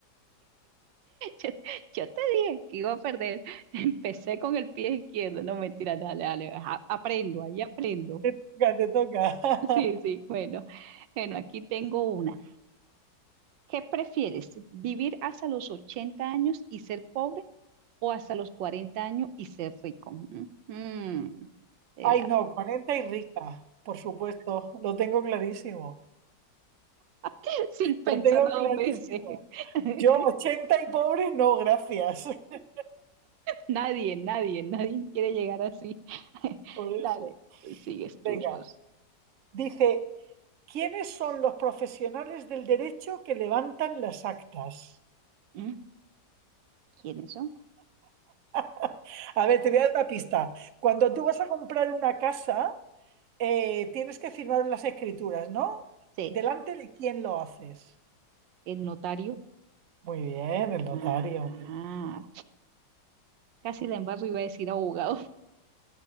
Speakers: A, on the right; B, on the right.
A: Yo, yo te dije que iba a perder. Empecé con el pie izquierdo. No, mentira, dale, dale. a- aprendo, ahí aprendo.
B: Te toca, te toca. <laughs>
A: Sí, sí, bueno. Bueno, aquí tengo una. ¿Qué prefieres? ¿Vivir hasta los 80 años y ser pobre o hasta los 40 años y ser rico? Mm, mm, te
B: Ay,
A: la-
B: no, 40 y rica, por supuesto. Lo tengo clarísimo.
A: <laughs> Sin pensarlo
B: Lo tengo
A: dos
B: clarísimo.
A: veces. <laughs>
B: Yo 80 y pobre, no, gracias. <laughs>
A: Nadie, nadie, nadie quiere llegar así. <laughs>
B: Por eso.
A: Dale, sigues
B: Venga,
A: tú, Ros.
B: dice, ¿quiénes son los profesionales del derecho que levantan las actas?
A: ¿Mm? ¿Quiénes son?
B: <laughs> A ver, te voy a dar una pista. Cuando tú vas a comprar una casa, eh, tienes que firmar las escrituras, ¿no?
A: Sí,
B: ¿Delante de quién lo haces?
A: el notario.
B: Muy bien, el notario.
A: Ah, casi la embarro iba a decir abogado. <laughs>